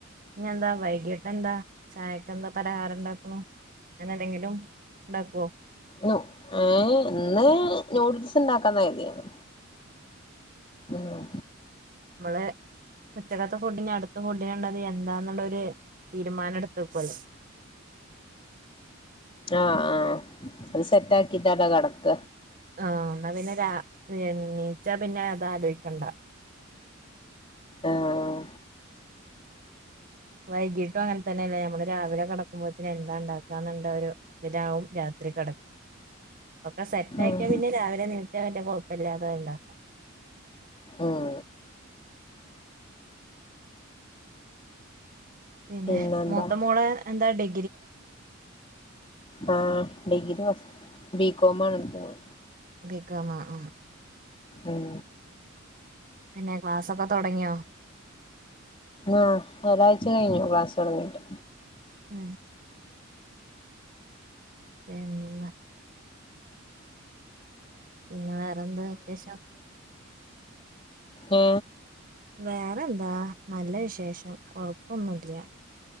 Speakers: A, on the right (about 45°); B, on the left (about 25°).
A: ഇനി എന്താ വൈകീട്ട് എന്താ ചായക്ക് എന്താ പലഹാരം ഉണ്ടാക്കണു അങ്ങനെന്തെങ്കിലും ഉണ്ടാക്കുവോ
B: നു ഏഹ് ഇന്ന് നൂഡിൽസ് ഉണ്ടാക്കാന്ന് കരുതിയാണ് ഉം
A: നമ്മള് ഉച്ചക്കത്തെ ഫുഡ് ഇനി അടുത്ത ഫുഡിന് ഉണ്ടത് എന്താന്നുള്ളൊരു തീരുമാനം എടുത്തുക്കോല്ലോ
B: ആഹ് ആഹ് അത് സെറ്റ് ആക്കീട്ടാല്ലെ കെടക്ക
A: ആഹ് എന്നാ പിന്നെ രാ എണീച്ച പിന്നെ അതാ ആലോയി ക്കണ്ട
B: ആഹ്
A: വൈകീട്ടും അങ്ങനെ തന്നെല്ലെ ഞമ്മള് രാവിലെ കെടക്കുമ്പോഴ്ത്തന്നെ എണി ഉണ്ടാക്കാന്നുണ്ട ഒരു ഇതിനാവും രാത്രി കെട ഒക്കെ സെറ്റ്
B: ഉം
A: ആക്കിയാ പിന്നെ രാവിലെ ണീറ്റാ വല്യ കൊഴപ്പല്ല്യാ ത അഹ് ഇണ്ടാക്കാ
B: ഉം
A: പിന്നെ
B: പിന്നെന്താ
A: മൂത്ത മോള് എന്താ ഡി
B: ആഹ് ഡിഗ്രി ഫസ്റ്റ് ബി കോം ആണ് ഇട്ത്ത്ക്ക്ണ്.
A: ബി. കോ മോ ഉം
B: ഉം
A: പിന്നെ ക്ലാസ്സൊക്കെ തൊടങ്ങിയോ?
B: ആ ഒരാഴ്ച കഴിഞ്ഞു ക്ലാസ്സ് തുടങ്ങീട്ട്
A: ഉം പിന്നെ പിന്നെ വേറെന്താ വിശേഷം
B: ആ
A: വേറെ എന്താ നല്ല വിശേഷം കൊഴപ്പൊന്നു ഇല്ല